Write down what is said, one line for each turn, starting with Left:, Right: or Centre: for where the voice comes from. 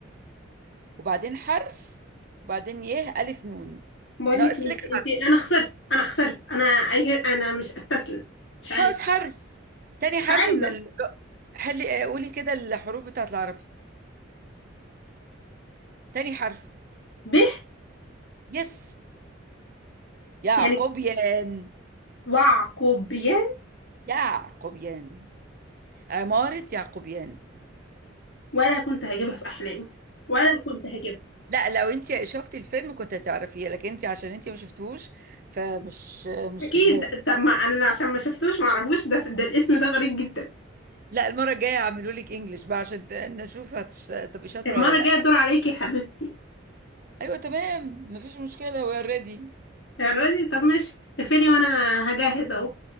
Right: وبعدين حرف وبعدين يه ألف نون
Left: بقول
Right: ناقص
Left: لك انت
Right: لك
Left: انت
Right: حرف
Left: انا خسرت انا خسرت انا أجي... انا مش استسلم مش عايزه
Right: ناقص حرف تاني
Left: مش
Right: حرف
Left: عايزه
Right: من ال... حلي قولي كده الحروف بتاعت العربي تاني حرف
Left: به
Right: يس يعقوبيان
Left: يعني وعقوبيان
Right: يعقوبيان عمارة يعقوبيان
Left: ولا كنت هجيبها في احلامي ولا كنت هجيبها
Right: لا لو انت شفتي الفيلم كنت هتعرفيه لكن انت عشان انت ما شفتوهوش فمش مش
Left: اكيد
Right: في دماغك
Left: طب ما انا عشان ما شفتوش ما اعرفوش ده ده الاسم ده غريب جدا
Right: لا المرة الجاية هعملوا لك انجلش بقى عشان ت- نشوف هتش- هتبقي شاطرة
Left: المره
Right: ولا
Left: الجايه
Right: لا
Left: الدور عليكي يا حبيبتي
Right: ايوه تمام مفيش مشكلة وي ار ريدي
Left: يا راجل طب ماشي اقفلي وانا هجهز اهو